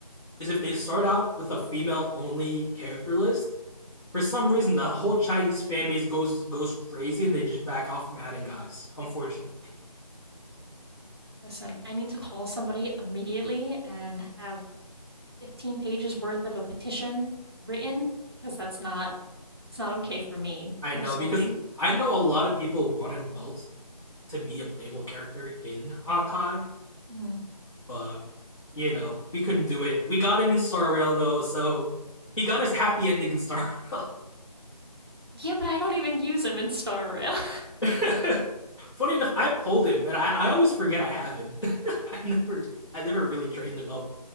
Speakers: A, on the left; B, on the right.
A: is if they start out with a female-only character list, for some reason the whole Chinese fan base goes goes crazy and they just back off from adding guys, unfortunately.
B: Listen, I need to call somebody immediately and have 15 pages worth of a petition written because that's not it's not okay for me
A: <laughs> I
B: personally.
A: know because I know a lot of people wanted Welt to be a playable character in Honkai,
B: Mhm.
A: but you know we couldn't do it. We got him in Star Rail though, so he got his happy ending in Star Rail.
B: Yeah, but I don't even use him in Star Rail. <laughs>
A: <laughs> Funny enough, I pulled him, and I, I always forget I have him. <laughs> I never I never really trained him up.